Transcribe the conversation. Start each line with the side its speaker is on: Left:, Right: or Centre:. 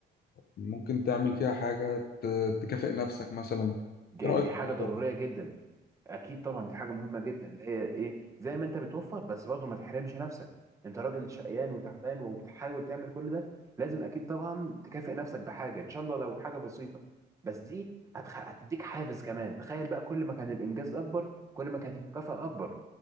Left: ممكن تعمل فيها حاجه ت- تكافئ نفسك مثلا
Right: جاي-
Left: ايه رايك
Right: دي
Left: في
Right: حاجة
Left: الموضوع
Right: ضرورية
Left: ده
Right: جدا اكيد طبعا دي حاجه مهمه جدا اللي هي ايه زي ما انت بتوفر بس برضه ما تحرمش نفسك انت راجل شقيان وتعبان وبتحاول تعمل كل ده لازم اكيد طبعا تكافئ نفسك بحاجه ان شاء الله لو حاجه بسيطه بس دي هتخ... هتديك حافز كمان تخيل بقى كل ما كان الانجاز اكبر كل ما كانت المكافاه اكبر